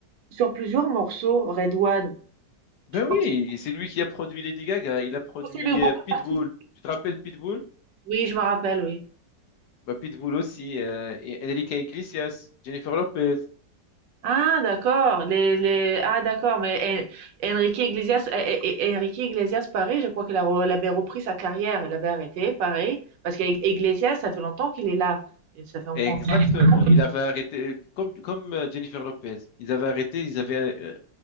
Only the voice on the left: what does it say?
ben
oui,
c'est lui qui a produit Lady Gaga. Il a produit
euh, Pitbull.
Tu te rappelles Pitbull?
Ben, Pitbull aussi euh, et Enrique Iglesias, Jennifer Lopez.
Exactement.
Il avait arrêté, comme, comme euh, Jennifer Lopez, ils avaient arrêté, ils avaient euh,